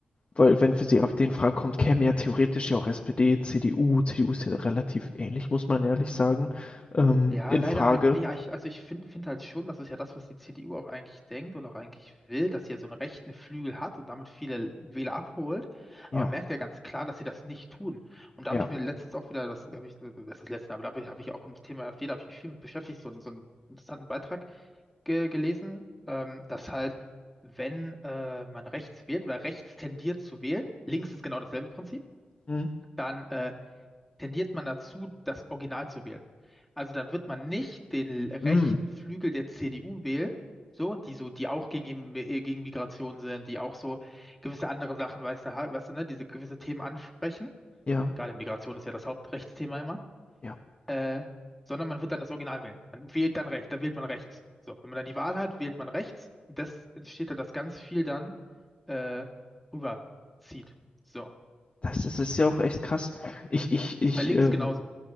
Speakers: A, on the left; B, in the centre.
A: Weil wenn für sie AfD in Frage kommt, käme ja theoretisch ja auch SPD, CDU, CDU ist ja relativ ähnlich, muss man ehrlich sagen, ähm,
B: Ja,
A: in
B: leider
A: Frage.
B: halt nicht. Ah, Ich- Also ich finde find find halt schon, das ist ja das, was die CDU auch eigentlich denkt oder auch eigentlich will, dass sie ja so einen rechten Flügel hat und damit viele Wähler abholt.
A: Ja,
B: Aber man merkt ja ganz klar, dass sie das nicht tun. Und da
A: ja.
B: habe ich mir letztens auch wieder, das habe ich, das ist das letzte, aber da habe ich hab ich auch im Thema AfD, da habe ich mich viel mit beschäftigt, so, einen- so einen interessanten Beitrag ge gelesen, ähm, dass halt, wenn äh, man rechts wählt oder rechts tendiert zu wählen, links ist genau dasselbe Prinzip,
A: Hm,
B: dann äh, tendiert man dazu, das Original zu wählen. Also dann wird man nicht den rechten
A: hm,
B: Flügel der CDU wählen, so, die so, die auch gegen, Im- äh, gegen Migration sind, die auch so gewisse andere Sachen, weißt du, halt, weißt du, ne, diese gewisse Themen ansprechen.
A: ja,
B: Gerade Migration ist ja das Hauptrechtsthema immer.
A: ja.
B: Äh, sondern man wird dann das Original wählen. Man wählt dann rechts, da wählt man rechts. So, wenn man dann die Wahl hat, wählt man rechts. Und das entsteht da, dass ganz viel dann äh, rüberzieht. So.
A: Das ist, ist ja auch echt krass. Ich, ich, ich,
B: Ist bei links
A: ähm,
B: genauso.